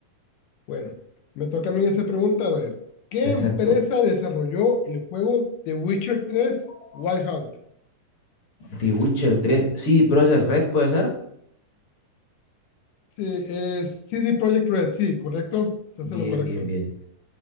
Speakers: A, on the left; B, on the left.
A: Bueno, me toca a mí esa pregunta. A ver, ¿qué
B: Exacto.
A: empresa desarrolló el juego The Witcher 3 Wild Hunt?
B: The Witcher tres, sí, Project Red, ¿puede ser?
A: Sí, es CD Projekt Red, sí, correcto. Se hace
B: Bien,
A: lo correcto.
B: bien, bien.